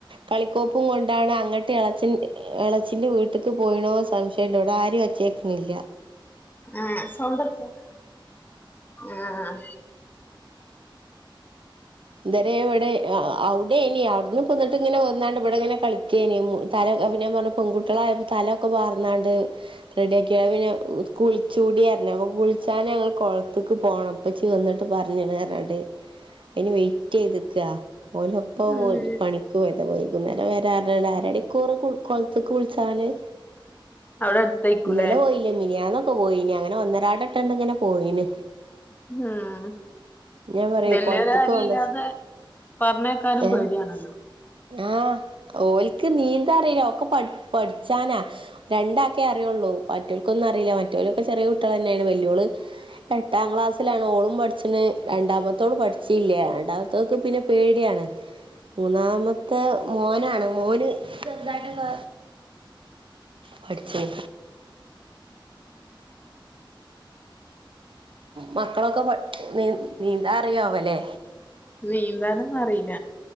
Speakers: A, on the right; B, on the left.
A: കളിക്കോപ്പും കൊണ്ടാണ് അങ്ങട്ട് ഇളച്ചൻ ഇളച്ചിന്റെ വീട്ടക്ക് പോയിണോ സംശയ്ണ്ട് ഇവിടെ ആരേം ഒച്ചേക്കണില്ല
B: ആഹ് സൗണ്ടോറച്ച ആഹ്
A: ഇതരെ ഇവിടെ അവിടെ ഏനി അവിടുന്ന് പോന്നിട്ട് ഇങ്ങനെ വന്നാണ്ട് ഇവിടെ ഇങ്ങനെ കളിക്കേനി തലപ്പൊ ഞാൻ പറഞ്ഞു പെൺകുട്ടളായപ്പോ തലൊക്കെവാർ ന്നാണ്ട് റെഡി ആക്കി പിന്നെ കുളിച്ചൂടിറഞ് അപ്പോ കുളിചാൻ ഞങ്ങള് കൊളത്തിക്ക് പോണം പ്പച്ചി വന്നിട്ട് പറഞ്ഞ് <unintelligible> അയിന് വെയിറ്റ് ചെയ്ത്ക്ക് അഹ് ഓലപ്പോം
B: ഉം
A: പണി പോയത വൈകുന്നേരം വരാറണ്ട് അരണിക്കൂറ് കൊളത്ത് കുളിച്ചാല്
B: അവിടെ അടുത്തായിക്കൂലേ
A: ന്നലെ പോയില്ല മിനിയാന്നൊക്കെ പോയിനി അങ്ങനെ ഒന്നരാട ഇട്ടണ്ട് ഇങ്ങനെ പോയിന്
B: ഉം
A: ഞാൻ പറയാ
B: വെല്യേരാരു
A: കൊളത്ത്ക്ക് പോണ്ട
B: ഇല്ലാതെ പറഞ്ഞേക്കാനും
A: ഏഹ്
B: പേടിയ ആണല്ലോ
A: ആഹ് ഓലിക്ക് നീന്ത അറില ഓക്ക് പഠിച്ചാനാ രണ്ടാക്കേ അറിയുള്ളൂ മറ്റൊൾക്കൊന്നും അറിയില്ല മറ്റൊലൊക്കെ ചെറിയ കുട്ടികളെ ന്നെയേണ് വല്യോള് എട്ടാം ക്ലാസ്സിലാണ് ഓളും പഠിച്ച്ന് രണ്ടാമത്തോള് പഠിച്ചില്ല രണ്ടാമത്തോക്ക് പിന്നെ പേടിയാണ് മൂന്നാമ മോനാണ് മോന് ചെർതായിട്ട് പഠിചിന് മക്കളൊക്കെ നീന്താ അറിയമല്ലേ
B: നീന്താനൊന്നും അറിയില്ല